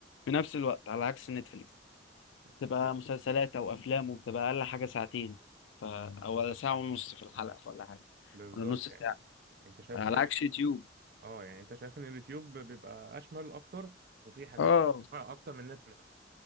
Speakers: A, on the left; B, on the right.
A: في نفس الوقت على عكس نتفليكس تبقى
B: ب-
A: مسلسلات أو أفلام وبتبقى أقل حاجة ساعتين ف... أو ساعة ونص في الحلقة ولا حاجة
B: بالظبط
A: ولا نص ساعة
B: يعني أنت شايف
A: على
B: إن اليوتيوب-
A: عكس يوتيوب
B: اه يعني أنت شايف إن اليوتيوب بيبقى أشمل أكتر وفيه حاجات
A: اه
B: أكتر من نتفليكس